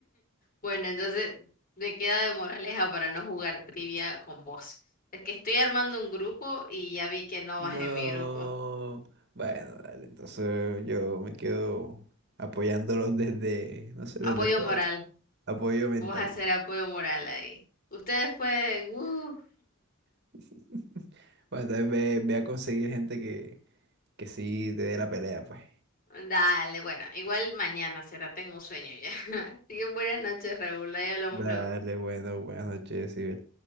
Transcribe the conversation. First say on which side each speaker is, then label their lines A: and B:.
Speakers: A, on the left; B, on the right.
A: Bueno, entonces me queda de moraleja para no jugar trivia con vos. Es que estoy armando un grupo y ya vi que no
B: No.
A: vas en mi grupo.
B: Bueno, dale, entonces yo me quedo apoyándolos desde, no sé,
A: Apoyo
B: desde fuera.
A: moral.
B: Apoyo
A: Vos
B: mental.
A: hacer apoyo moral ahí. Ustedes pueden... uh,
B: <laughs> Bueno, entonces ve, ve a conseguir gente que, que sí te dé la pelea, pues.
A: dale, bueno, igual mañana será, tengo sueño ya. <laughs> Así que buenas noches, Raúl. Ahí hablamos
B: Dale,
A: luego.
B: bueno, buenas noches, Sibel.